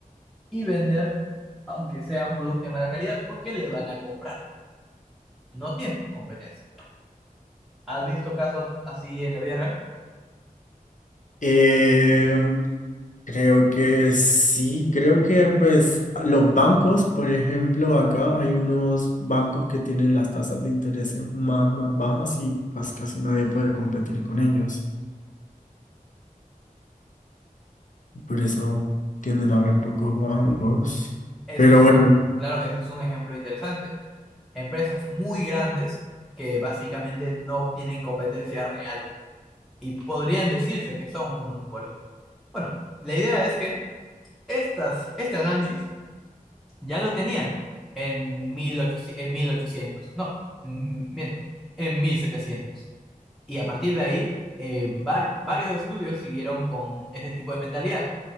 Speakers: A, in the centre; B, on the left.
A: y vender, aunque sea un producto de mala calidad, porque le van a comprar. No tiene competencia. ¿Has visto casos así en la vida real?
B: Eh, creo que sí, creo que pues los bancos, por ejemplo, acá hay unos bancos que tienen las tasas de intereses más, más bajas y pues casi nadie puede competir con ellos. Por eso tienden a haber pocos bancos.
A: Ese
B: Pero
A: es
B: bueno,
A: un, claro, ese es un ejemplo interesante. Empresas muy grandes que básicamente no tienen competencia real y podrían decirse que son un monopolio. Bueno, la idea es que estas, este análisis Ya lo tenían en 1800, en 1800, no, mm, miento, en 1700. Y a partir de ahí, eh, var- varios estudios siguieron con ese tipo de mentalidad,